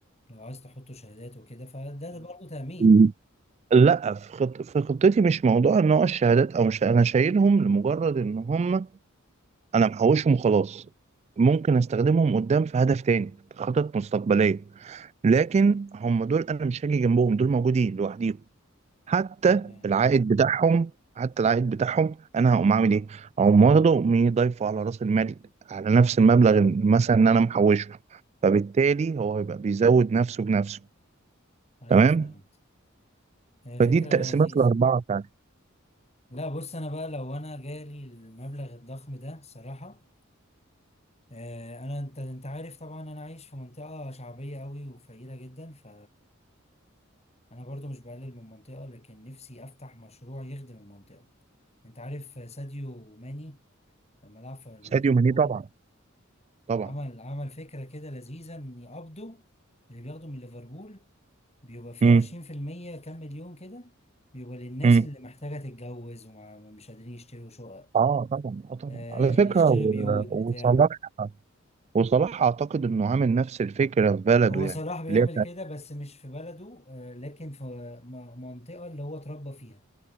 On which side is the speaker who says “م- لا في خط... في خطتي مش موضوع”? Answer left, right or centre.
Right